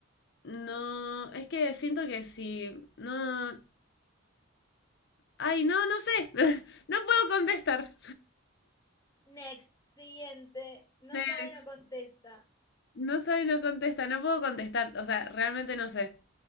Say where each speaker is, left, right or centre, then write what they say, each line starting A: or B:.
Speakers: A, on the left; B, on the left.
A: no, es que siento que si no, ay, no, no sé, <laughs> no puedo contestar.
B: Next, siguiente. No
A: Next.
B: sabe, no contesta.
A: No sabe no contesta, no puedo contestar, o sea, realmente no sé.